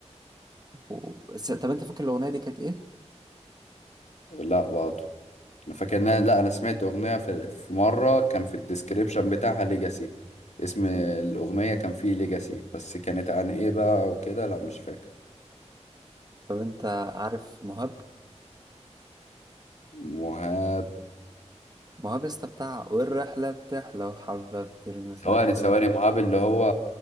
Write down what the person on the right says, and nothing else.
و... بس طب انت فاكر الأغنية دي كانت ايه؟
طب انت عارف مهاب؟
مهاب لسه بتاع والرحلة بتحلى وحبة بترمي
في ألف
مح